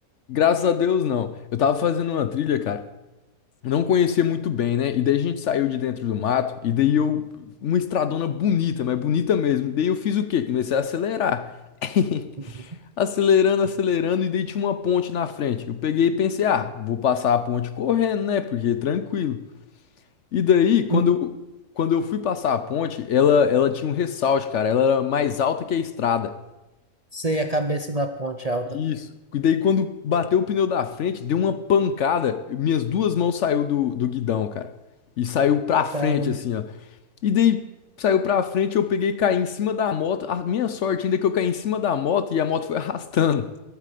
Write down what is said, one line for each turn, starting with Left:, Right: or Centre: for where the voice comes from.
Left: Graças a Deus, não. Eu tava fazendo uma trilha, cara. Não conhecia muito bem, né? E daí a gente saiu de dentro do mato. E daí eu. Uma estradona bonita, mas bonita mesmo. Daí eu fiz o quê? Comecei a acelerar. <laughs>
Right: Uhum.
Left: Acelerando, acelerando. E daí tinha uma ponte na frente. Eu peguei e pensei, ah, vou passar a ponte correndo, né? Porque tranquilo. E daí, quando
Right: Hum,
Left: eu, quando eu fui passar a ponte, ela, ela tinha um ressalto, cara. Ela era mais alta que a estrada.
Right: Sei, a cabeça da ponte é alta.
Left: Isso. E daí quando bateu o pneu da frente, deu uma pancada. Minhas duas mãos saiu do, do guidão, cara. E saiu pra frente,
Right: Caramba.
Left: assim, ó. E daí saiu pra frente, eu peguei e caí em cima da moto. A minha sorte ainda é que eu caí em cima da moto e a moto foi arrastando. <laughs>